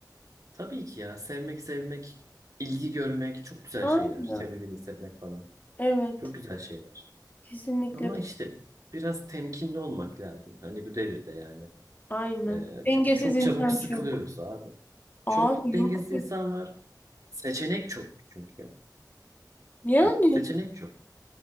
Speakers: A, on the right (about 50°); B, on the left (about 25°).
A: Tabii ki ya. Sevmek, sevilmek, ilgi görmek çok güzel
B: Aynen.
A: şeyler. Sevildiğini hissetmek falan.
B: Evet.
A: Çok güzel şeyler.
B: Kesinlikle.
A: Ama
B: kat-
A: işte biraz temkinli olmak lazım. Hani bu devirde yani.
B: Aynen.
A: E,
B: Dengesiz
A: çünkü çok
B: insan
A: çabuk sıkılıyoruz
B: çok.
A: abi.
B: Abi
A: Çok dengesiz
B: yok.
A: insan var. Seçenek çok çünkü.
B: Yani.
A: Hani seçenek çok.